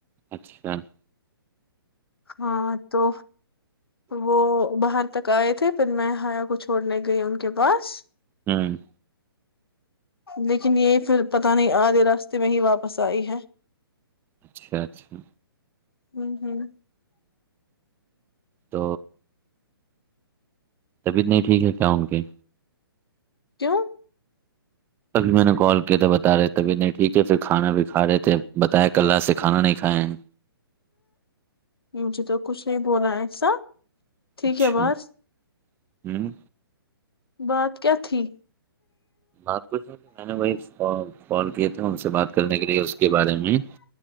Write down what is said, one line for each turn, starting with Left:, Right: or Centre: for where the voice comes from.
Right: اچھا <unintelligible>
Left: ہاں تو وہ باہر تک آئے تھے پھر میں ہایا کو چھوڑنے گئی ان کے پاس
Right: ہوں
Left: لیکن یہ پھر پتا نہیں آدے راستے میں ہی واپس آئی ہے
Right: اچھا اچھا
Left: ہوں ہوں
Right: تو طبیعت نہیں ٹھیک ہے کیا ان کی
Left: کیوں
Right: تبھی میں نے کال کیا تھا بتا رہے تبھی نہیں ٹھیک ہے پھر کھانا بھی کھا رہے تھے بتائے کلہ سے کھانا نہیں کھائےیں
Left: جی تو کچھ نہیں بول رہا ایسا ٹھیک
Right: اچھا
Left: ہے بس
Right: ہوں
Left: بات کیا تھی
Right: بات کو سن میں نے وہی کال کیے تھے ان سے بات کرنے کے لیے اس کے بارے میں